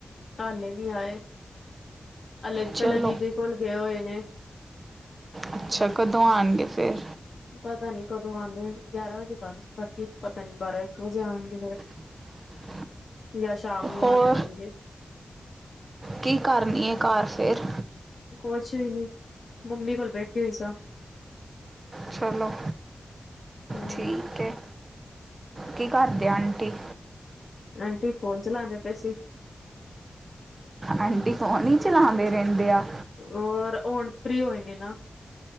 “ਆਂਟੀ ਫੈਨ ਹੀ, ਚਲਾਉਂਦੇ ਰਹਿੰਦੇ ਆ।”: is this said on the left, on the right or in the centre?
Right